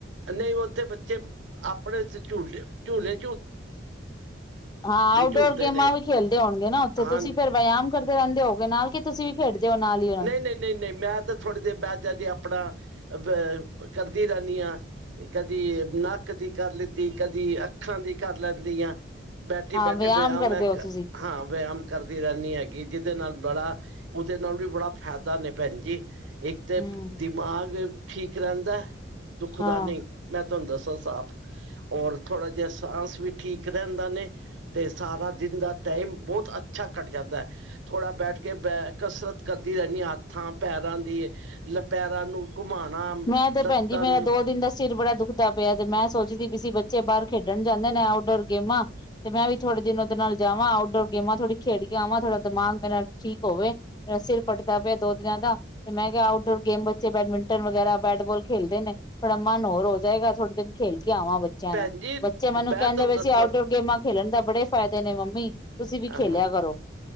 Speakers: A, on the right; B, on the left.
A: ਨਹੀਂ, ਉੱਥੇ ਬੱਚੇ ਬੜੇ 'ਚ ਝੂਲਦੇ ਆ, ਝੂਲੇ
B: ਹਾਂ, ਆਊਟਡੋਰ
A: ਝੂਲਦੇ
B: ਗੇਮਾਂ
A: ਨੇ
B: ਵੀ ਖੇਲਦੇ ਹੋਣਗੇ ਨਾ ਉੱਥੇ।
A: ਹਾਂ
B: ਤੁਸੀਂ ਫੇਰ ਵਿਆਮ ਕਰਦੇ ਰਹਿੰਦੇ ਹੋਵੋਗੇ ਨਾਲ, ਕਿ ਤੁਸੀਂ ਵੀ ਖੇਡਦੇ ਓ ਨਾਲ ਈ
A: ਨਹੀਂ-ਨਹੀਂ, ਨਹੀਂ-ਨਹੀਂ, ਮੈਂ ਤੇ ਥੋੜ੍ਹੀ ਦੇਰ ਬੈ ਜਾਨੀ, ਆਪਣਾ ਅ ਬ ਕਰਦੀ ਰੈਂਨੀ ਆਂ। ਤੇ ਕਦੀ ਨੱਕ ਦੀ ਕਰ ਲਿੱਤੀ, ਕਦੀ ਅੱਖਾਂ ਦੀ ਕਰ ਲੈਂਦੀ ਆਂ। ਬੈਠੀ-ਬੈਠੀ
B: ਹਾਂ
A: ਵਿਆਮ
B: ਕਰਦੇ
A: ਮੈਂ
B: ਹੋ
A: ਕਰ,
B: ਤੁਸੀਂ
A: ਹਾਂ ਵਿਆਮ ਕਰਦੀ ਰੈਂਨੀ ਹੈਗੀ। ਜਿਹਦੇ ਨਾਲ ਬੜਾ, ਉਹਦੇ ਨਾਲ ਵੀ ਬੜਾ ਫ਼ੈਦਾ ਨੇ ਭੈਣ ਜੀ। ਏਕ ਤੇ
B: ਹੂੰ
A: ਦਿਮਾਗ ਠੀਕ ਰਹਿੰਦਾ, ਦੁਖਦਾ
B: ਹਾਂ।
A: ਨਹੀਂ ਮੈਂ ਤੁਹਾਨੂੰ ਦੱਸਾਂ ਸਾਫ਼। ਹੋਰ ਥੋੜ੍ਹਾ ਜਿਹਾ ਸਾਂਸ ਵੀ ਠੀਕ ਰੈਂਦਾ ਨੇ। ਤੇ ਸਾਰਾ ਦਿਨ ਦਾ ਟਾਈਮ ਬਹੁਤ ਅੱਛਾ ਕੱਟ ਜਾਂਦਾ। ਥੋੜਾ ਬੈਠ ਕੇ ਬੈ ਕਸਰਤ ਕਰਦੀ ਰੈਂਨੀਂ ਆਂ, ਹੱਥਾਂ-ਪੈਰਾਂ ਦੀ, ਲੱ ਪੈਰਾਂ ਨੂੰ ਘੁਮਾਣਾ
B: ਮੈਂ ਤੇ ਭੈਣ
A: ਲੱਤਾਂ
B: ਜੀ, ਮੇਰਾ
A: ਨੂੰ
B: ਦੋ ਦਿਨ ਦਾ ਸਿਰ ਬੜਾ ਦੁੱਖ ਖਦਾ ਪਿਆ ਤੇ ਮੈਂ ਸੋਚਦੀ ਪੀ ਸੀ, ਬੱਚੇ ਬਾਹਰ ਖੇਡਣ ਜਾਂਦੇ ਨੇ, ਆਊਟਡੋਰ ਗੇਮਾਂ ਤੇ ਮੈਂ ਵੀ ਥੋੜੇ ਦਿਨ ਓਦੇ ਨਾਲ ਜਾਵਾਂ, ਆਊਟਡੋਰ ਗੇਮਾਂ ਥੋੜ੍ਹੀ ਖੇਡ ਕੇ ਆਵਾਂ। ਥੋੜਾ ਦਿਮਾਗ ਮੇਰਾ ਠੀਕ ਹੋਵੇ। ਮੇਰਾ ਸਿਰ ਫੱਟਦਾ ਪਿਆ ਦੋ ਦਿਨਾਂ ਦਾ ਤੇ ਮੈਂ ਕਿਹਾ ਆਊਟਡੋਰ ਗੇਮ ਚੇ ਬੈਡਮਿੰਟਨ ਵਗੈਰਾ, ਬੈਟ-ਬੋਲ ਖੇਲਦੇ ਨੇ। ਥੋੜਾ ਮਨ ਹੋਰ ਹੋ ਜਾਏਗਾ, ਥੋੜੀ ਦਿਨ ਖੇਲ ਕੇ ਆਵਾਂਗੇ। ਬੱਚਿਆਂ
A: ਭੈਣ
B: ਨਾ।
A: ਜੀ
B: ਬੱਚੇ ਮੈਨੂੰ
A: ਮੈਂ
B: ਕਹਿੰਦੇ
A: ਤੁਹਾਨੂੰ
B: ਪੇ
A: ਦੱਸਾਂ
B: ਸੀਂ, ਆਊਟਡੋਰ ਗੇਮਾਂ ਖੇਲਣ ਦਾ ਬੜੇ ਫ਼ਾਇਦੇ ਨੇ ਮੰਮੀਂ ਮੀਂ ਤੁਸੀਂ ਵੀ ਖੇਲਿਆ
A: ਹਾਂ
B: ਕਰੋ।